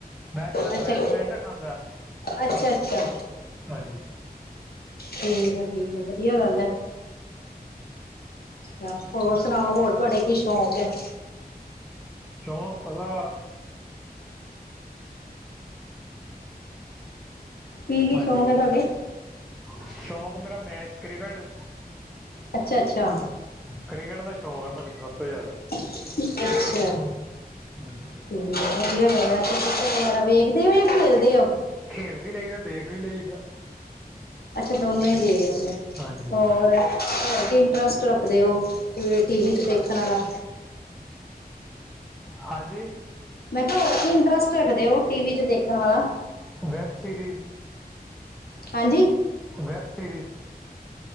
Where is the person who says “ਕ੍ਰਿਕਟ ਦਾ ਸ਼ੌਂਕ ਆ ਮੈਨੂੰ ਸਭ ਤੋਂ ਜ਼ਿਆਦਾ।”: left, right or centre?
Centre